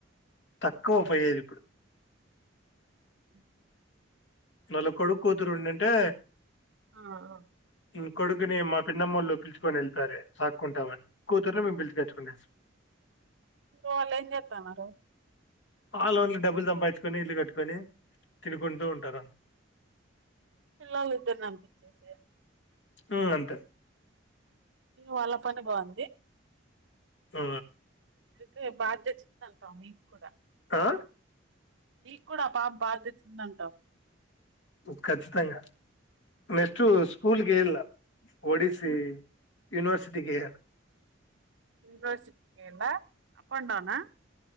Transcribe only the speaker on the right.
బ
ఆ ఆ
వాల్ ఏం జెత్తా ఉన్నారు.
పిల్లలు తింటున్న అనిపించేసి
వాళ్ళ పని బాగుంది
అయితే బాధ్యత ఉంది అంటాం నీకు కూడా
నీకు కూడా ఆ పాప బాధ్యత ఉంది అంటావు
యూనివర్సిటీ కేళ అప్ అండ్ డౌనా